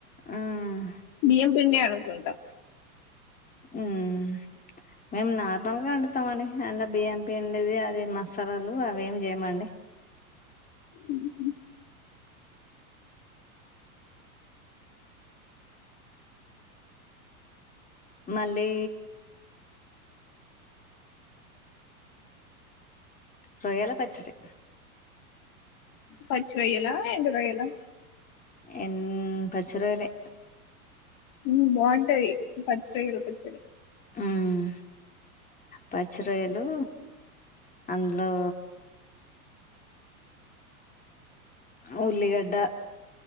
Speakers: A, on the left; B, on the left.
A: ఉమ్
B: బియ్యం పిండే అనుకుంటా
A: ఉమ్ మేము నార్మల్గా వండుతాం అండి అందులో బియ్యం పిండిది అది మసాలాలు అవి ఏమి చేయమండి
B: ఉహూ
A: మళ్ళీ రొయ్యల పచ్చడి
B: పచ్చి రొయ్యలా ఎండు రొయ్యలా
A: ఎం పచ్చి రొయ్యలే
B: ఉమ్ బాగుంటాయి పచ్చి రొయ్యల పచ్చడి
A: ఉమ్ పచ్చి రొయ్యలు అందులో ఉల్లిగడ్డ